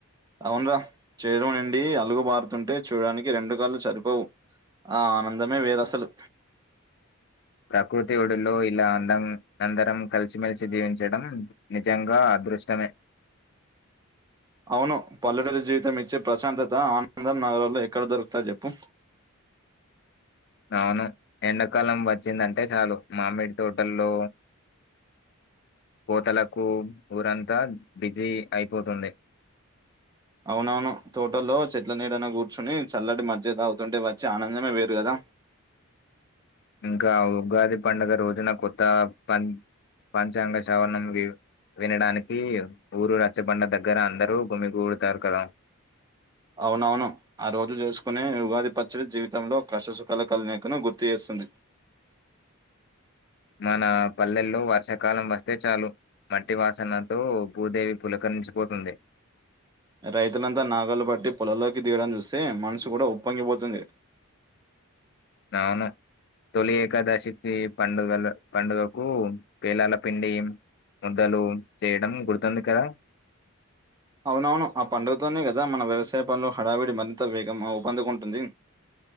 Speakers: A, on the right; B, on the left.
A: అవున్రా చేయడం అండి అలుగు బారుతుంటే చూడడానికి రెండు కాళ్లు సరిపోవు ఆ ఆనందమే వేరు అసలు
B: ప్రకృతి ఒడులో ఇలా అందం అందరం కలిసి మెలిసి జీవించడం నిజంగా అదృష్టమే
A: అవును పల్లె జెరువు జీవితం ఇచ్చే ప్రశాంతత ఆనందం నగరంలో ఎక్కడ దొరుకుతాయి చెప్పు
B: అవును ఎండాకాలం వచ్చిందంటే చాలు మామిడి తోటల్లో కోతలకు ఊరంతా బిజీ అయిపోతుంది
A: అవునవును తోటోల్లో చెట్ల నీడన కూర్చొని చల్లటి మాజీగా తాగుతుంటే వచ్చి ఆనందమే వేరు కదా
B: ఇంకా ఉగాది పండుగ రోజున కొత్త పన్ పంచాంగ సవరణం లీవ్ వినడానికి ఊరు రచ్చబండ దగ్గర అందరూ గుమిగూడతారు కదా
A: అవునవును ఆ రోజు చేసుకునే ఉగాది పచ్చడి జీవితంలో కష్టసుఖాలు కలనీకును గుర్తు చేస్తుంది
B: మన పల్లెల్లో వర్షాకాలం వస్తే చాలు మట్టి వాసనతో భూదేవి పులకను పోతుంది
A: రైతులంతా నాగాలు బట్టి పొలల్లోకి తీయడం చూస్తే మనసు కూడా ఉప్పొంగిపోతుంది
B: అవును తొలి ఏకాదశికి పండుగల పండుగకు పేలాల పిండి సద్దలు చేయడం గుర్తుంది కదా
A: అవునవును ఆ పండుగతోనే కదా మన వ్యవసాయ పనులు హడావిడి మరింత వేగం వుపు అందుకుంటుంది